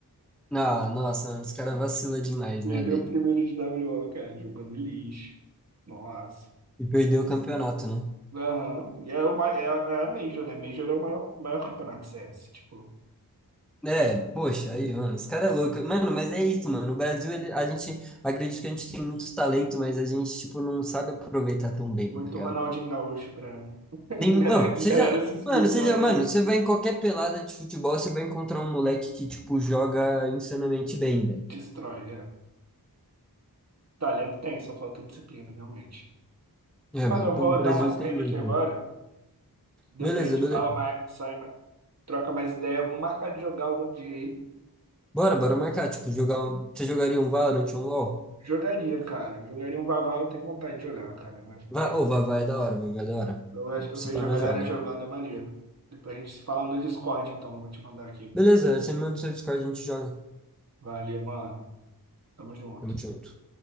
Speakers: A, in the centre; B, on the right (about 45°).
A: Não, nossa, os caras vacila demais,
B: Perdeu
A: né, velho?
B: o primeiro de w WO, cara, jogando lixo. Nossa.
A: E perdeu o campeonato, né?
B: Aham. E é, o, ma- é, é a Major, né? Major é o maior, maior campeonato de CS. Tipo,
A: É, poxa, aí, mano, os caras é louco. Mano, mas é isso, mano. no Brasil, ele- a gente, acredito que a gente tem muito talento, mas a gente, tipo, não sabe aproveitar tão bem,
B: muito
A: tá ligado?
B: Ronaldinho Gaúcho pra. <laughs> A
A: Tem,
B: Galera,
A: mano,
B: a
A: você
B: galera
A: já,
B: se inspira
A: mano, você
B: no Ronaldinho.
A: já, mano, você vai em qualquer pelada de futebol, você vai encontrar um moleque que, tipo, joga insanamente bem, velho.
B: Destrói, é. Talento tem, só falta disciplina, realmente.
A: É,
B: Mano,
A: mano,
B: eu
A: então
B: vou
A: o Brasil
B: dar uma saída
A: tem muito.
B: aqui agora. Depois
A: Beleza,
B: a gente
A: beleza.
B: fala mais, sai, mais- troca mais ideia. Vamos marcar de jogar outro dia aí.
A: Bora, bora marcar. Tipo, jogar um... Você jogaria um Valorant, um LoL?
B: Jogaria, cara. Jogaria um Vavá, eu tenho vontade de jogar, cara. Um FPS.
A: Vai, ou vai, vai, é da hora, mano, vai, é da hora.
B: Eu, acho-
A: É,
B: eu vejo
A: Se pá, nós
B: a galera
A: joga.
B: jogando, é maneiro. Depois a gente se fala no Discord, então. Vou te mandar aqui.
A: Beleza, você me manda o seu Discord, a gente joga.
B: Valeu, mano. Tamo junto.
A: Tamo junto.